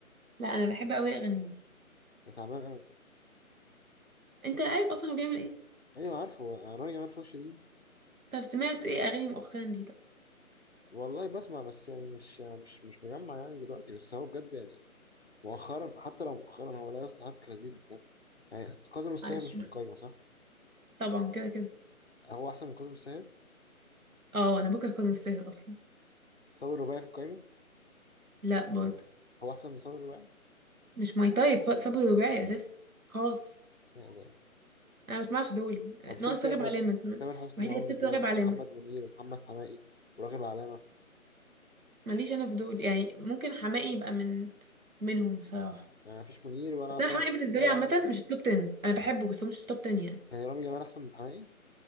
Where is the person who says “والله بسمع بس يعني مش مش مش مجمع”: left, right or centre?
Left